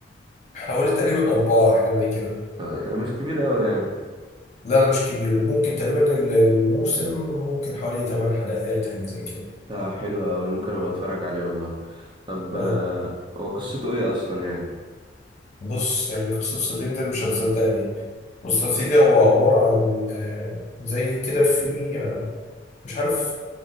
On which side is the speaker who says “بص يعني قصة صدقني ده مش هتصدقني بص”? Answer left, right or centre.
Left